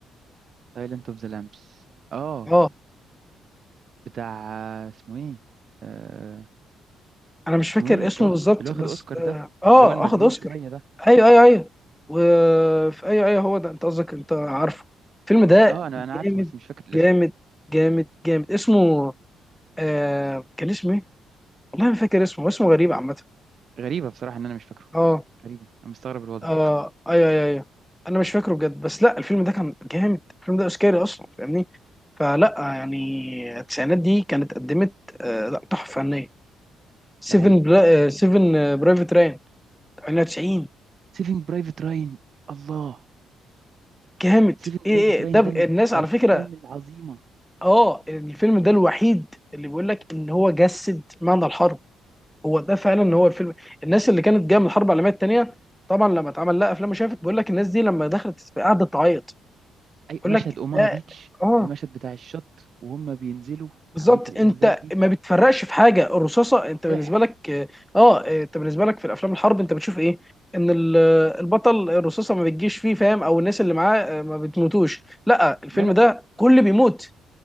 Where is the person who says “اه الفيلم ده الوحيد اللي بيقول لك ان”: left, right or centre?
Centre